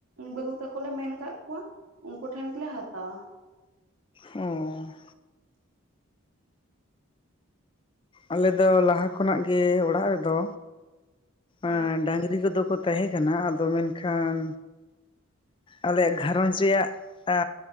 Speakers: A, on the right; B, on the left.
A: ᱵᱟᱹᱦᱩ ᱛᱟᱠᱚ ᱞᱮ ᱢᱮᱱ ᱠᱟᱜ ᱠᱚᱣᱟ᱾ ᱩᱱᱠᱩ ᱴᱷᱮᱱ ᱜᱮᱞᱮ ᱦᱟᱛᱟᱣᱟ᱾
B: ᱚᱸᱻ᱾ ᱟᱞᱮ ᱫᱚ ᱞᱟᱦᱟ ᱠᱷᱚᱱᱟᱜ ᱜᱮ ᱚᱲᱟᱜ ᱨᱮᱫᱚ
A: ᱦᱮᱸ
B: ᱮᱸ ᱰᱟᱝᱨᱤ ᱠᱚᱫᱚ ᱠᱚ ᱛᱟᱦᱮᱸ ᱠᱟᱱᱟ ᱟᱫᱚ ᱢᱮᱱᱠᱷᱟᱱ ᱟᱞᱮᱭᱟᱜ ᱜᱷᱟᱨᱚᱸᱡᱽ ᱨᱮᱭᱟᱜ ᱟ